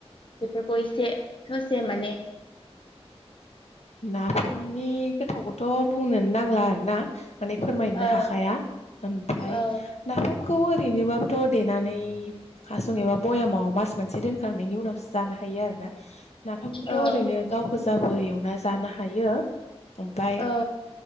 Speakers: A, on the left; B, on the left.
A: बेफोरखौ एसे ससे माने
B: नाफामनि गोथावखौथ' बुंनोनो नांला आरो ना माने फोरमायनो
A: औ
B: हाखाया ओमफ्राय
A: औ
B: नाफामखौ ओरैनोबाबोथ' देनानै हासुं एबा बयामाव मास मोनसे दोनखांनायनि उनावसो जानो हायो आरो ना नाफामखौथ'
A: औ
B: ओरैनो गाव गोजाबो एवना जानो हायो ओमफाय
A: औ